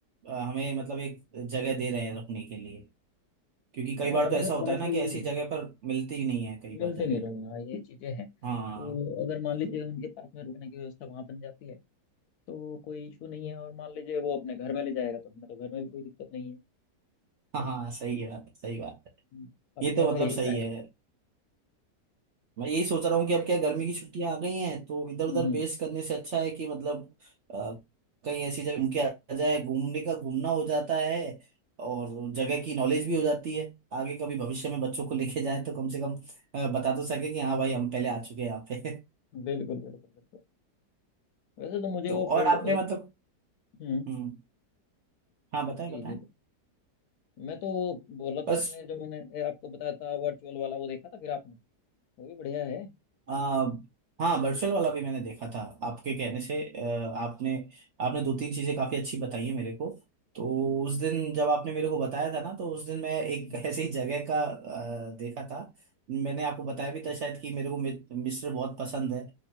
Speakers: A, on the right (about 60°); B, on the left (about 70°).
A: अ, हमें मतलब एक जगह दे रहे हैं रखने के लिए क्योंकि कई
B: हाँ
A: बार
B: वहाँ
A: तो ऐसा
B: पर
A: होता
B: थोड़ा
A: है ना
B: सा यही
A: कि ऐसी
B: है
A: जगह पर मिलती ही नहीं है कई
B: मिलते
A: बार जगह
B: नहीं लोग हाँ ये चीजें हैं
A: हाँ
B: तो अगर मान लीजिए उनके पास में रुकने की व्यवस्था वहाँ बन जाती है तो कोई इशू नहीं है और मान लीजिए वो अपने घर में ले जाएगा तो हमें तो घर में भी कोई दिक्कत नहीं है
A: हाँ हाँ सही है बात सही बात
B: हम्म,
A: है
B: अपने
A: ये तो
B: का
A: मतलब
B: यही
A: सही
B: फायदा
A: है
B: होता
A: मैं यही सोच रहा हूँ कि अब क्या गर्मी की छुट्टियां आ गई हैं तो इधर
B: है हम्म
A: उधर
B: हम्म,
A: बेस करने से अच्छा है कि मतलब अ, कहीं ऐसी जगह घूम के आ जाए घूमने का घूमना हो जाता है और जगह की नॉलेज भी हो जाती है आगे कभी भविष्य में बच्चों को <laughs> लेके जाए तो कम से कम अ, बता तो सके कि हाँ भाई हम पहले आ चुके हैं यहाँ पे
B: बिल्कुल बिल्कुल बिल्कुल वैसे
A: <laughs>
B: तो मुझे
A: तो
B: वो
A: और
B: फील्ड
A: आपने मतलब
B: हम्म
A: हम्म हाँ बताएं
B: जी
A: बताएं
B: जी मैं तो वो बोला
A: बस
B: था आपने जो मैंने ए, आपको बताया था वर्चुअल वाला वो देखा था फिर आपने वो भी बढ़िया है
A: आ, हाँ वर्चुअल वाला भी मैंने देखा था आपके कहने से अ, आपने आपने दो तीन चीजें काफी अच्छी बताई है मेरे को तो उस दिन जब आपने मेरे को बताया था ना तो उस दिन मैं एक
B: हम्म,
A: <laughs> ऐसी ही जगह का अ, देखा था मैंने आपको बताया भी था शायद कि मेरे को मि- मिस्र बहुत पसंद है